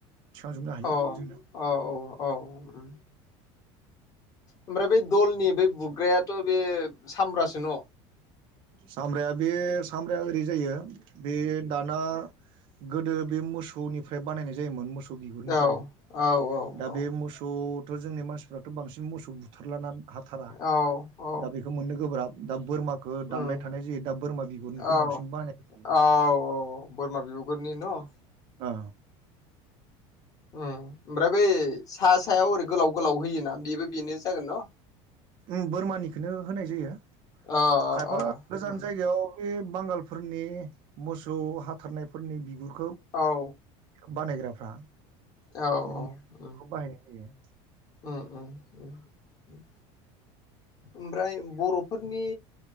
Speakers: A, on the right; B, on the left.
A: थिखांजोबनो हायो
B: औ
A: जोंना
B: औ औ उम ओमफ्राय बै दलनि बै बुग्रायाथ' बे सामब्रासो न'
A: सामब्राया बे सामब्राया ओरै जायो बे दाना गोदो बे मोसौनिफ्राय बानायनाय जायोमोन मोसौ सौ बिगुरनिफ्राय
B: औ औ
A: दा
B: औ
A: बे मोसौथ' जोंनि मानसिफ्राथ' बांसिन मोसौ बुथारलाना। हाथारा
B: औ औ
A: दा बेखौ मोननो गोब्राब दा बोरमा दानबाय
B: उम
A: थानाय जायो दा बिगुरनिखौ
B: औ औ
A: बांसिन बाहायनाय जायो।
B: औ औ बोरमा बिगुरनि न' <unintelligible>
A: औ
B: उम ओमफ्राय बै सा सायाव ओरै गोलाव गोलाव होयोना बेबो बेनो जागोन न'?
A: उम बोरमानिखोनो होनाय जायो
B: अ
A: खायफा
B: अ
A: गोजान
B: उम
A: जायगायाव। बे बांगालफोरनि मोसौ हाथारनायफोरनि बिगुर
B: औ
A: बानायग्राफ्रा
B: औ
A: बे
B: उम
A: खौ बाहायनाय जायो।
B: उम उम उम ओमफ्राय बर'फोरनि